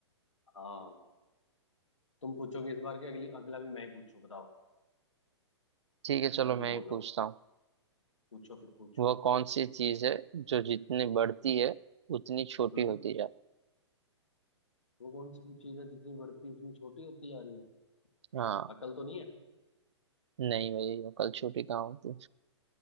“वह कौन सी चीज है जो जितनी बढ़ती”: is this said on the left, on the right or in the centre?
Right